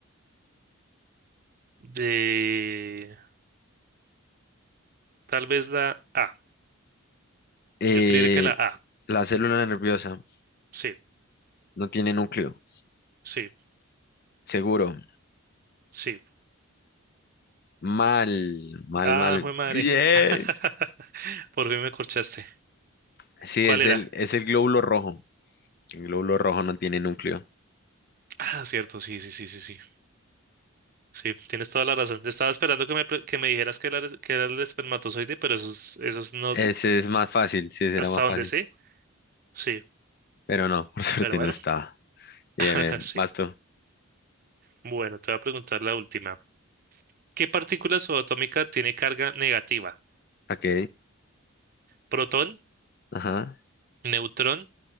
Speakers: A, on the right; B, on the left.
A: De... Tal vez la A.
B: Eh,
A: Yo creería que la A.
B: la célula nerviosa
A: Sí,
B: no tiene núcleo.
A: sí,
B: Seguro.
A: sí.
B: Mal, mal,
A: Ah,
B: mal.
A: jue madre.
B: Bien.
A: <laughs> Por fin me corchaste.
B: Sí,
A: ¿Cuál
B: es
A: era?
B: el, es el glóbulo rojo. El glóbulo rojo no tiene núcleo.
A: Ah, cierto, sí, sí, sí, sí, sí. Sí, tienes toda la razón. Estaba esperando que me, pre- que me dijeras que era, el- que era el espermatozoide, pero eso es, eso es no
B: Ese es más fácil, sí, será
A: hasta
B: más
A: donde
B: fácil.
A: sé. Sí,
B: Pero no, por <laughs> suerte
A: pero bueno,
B: no está. Bien,
A: <laughs>
B: bien.
A: sí.
B: Basto.
A: Bueno, te voy a preguntar la última. ¿Qué partícula subatómica tiene carga negativa?
B: Ok.
A: ¿Protón,
B: Ajá.
A: neutrón,